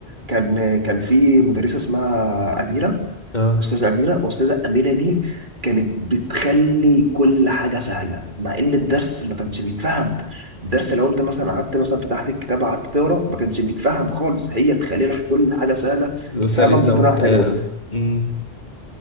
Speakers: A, on the right; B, on the left.
A: كان كان في مدرسه اسمها اميره
B: اه
A: استاذه اميره استاذه اميره دي كانت بتخلي كل حاجه سهله مع ان الدرس ما كانش بيتفهم الدرس لو انت مثلا قعدت مثلا فتحت الكتاب قعدت تقرا ما كانش بيتفهم خالص هي تخلي لك كل حاجه سهله
B: وسلسة
A: وتفهمك بطريقه
B: وبتاع
A: حلوه
B: امم